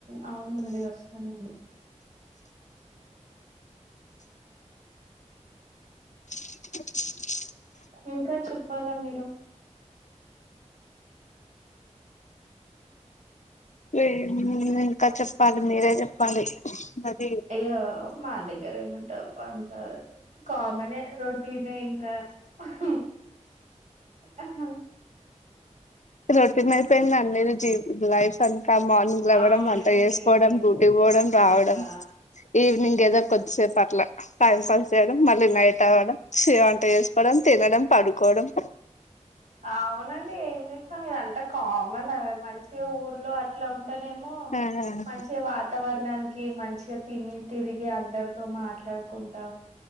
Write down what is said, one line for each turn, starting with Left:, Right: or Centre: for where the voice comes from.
Right: అవునండి వస్తానుడి
Left: <inaudible>
Right: ఇంకా చెప్పాలా మీరు
Left: లేం ఇంకా చెప్పాలి మీరే చెప్పాలి అది
Right: అయ్యో మా దగ్గర ఏముంటా అంత కామెనే రో తినెయి కా ఉహు అహ
Left: రోటీన్ అయిపోయింది అందరి జీవీ బో లైఫ్. ఇంకా మార్నింగ్ లేవడం,
Right: అవునండి
Left: వంట వేసుకోవడం,
Right: ఏం చేస్తాం
Left: డూటి పోవడం
Right: నిజంగా
Left: రావడం, ఈవినింగ్. ఏదో కొద్దిసేపు అట్లా, టైం పాస్ చేయడం, మళ్ళీ నైట్ అవడం. షేవ్ వంట చేసుకోవడం తినడం. పడుకోోడం.
Right: అవునండి ఏం చేసాం ఇదంతా కామన్ నా మంచిగా ఊర్లో అట్లా ఉ. అంటే నేమో
Left: ఆ
Right: మంచి వాతావరణాని. ఎం మంచిగా తిని తిరిగి అందరితో మాట్లాడుకుంటా.